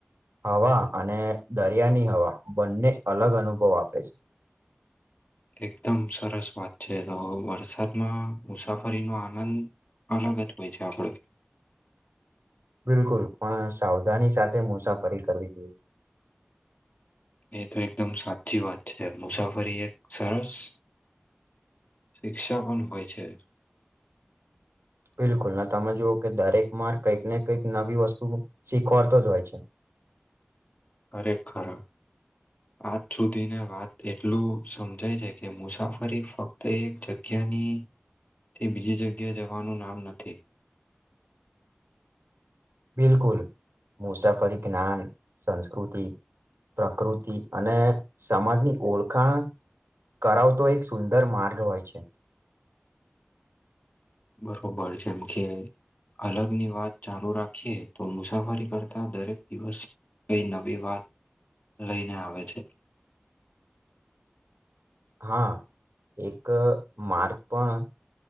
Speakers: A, on the right (about 80°); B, on the left (about 40°).
A: હવા અને દરિયાની હવા બંને અલગ અનુભવ આપે છે,
B: <unintelligible> એકદમ સરસ વાત છે, તો વરસાદમાં મુસાફરીનો આનંદ અલગ જ હોય છે, આપણે
A: બિલકુલ પણ સાવધાની સાથે મુસાફરી કરવી જોઈએ,
B: એ તો એકદમ સાચી વાત છે, મુસાફરી એક સરસ શિક્ષા પણ હોય છે,
A: બિલકુલ તમે જુઓ કે દરેક માર કંઈક ને કંઈક નવી વસ્તુ શીખવાડતો જ હોય છે,
B: અરે ખરા આજ સુધીની વાત એટલું સમજાય છે, કે મુસાફરી ફક્ત એક જગ્યા ની થી બીજી જગ્યા જવાનું નામ નથી.
A: બિલકુલ મુસાફરી જ્ઞાન સંસ્કૃતિ પ્રકૃતિ અને સમાજની ઓળખાણ કરાવતો એક સુંદર માર્ગ હોય છે.
B: બરોબર જેમ કે અલગની વાત ચાલુ રાખીએ તો મુસાફરી કરતા દરેક દિવસ કઈ નવી વાત લઈને આવે છે.
A: હા, એક માર્ક પણ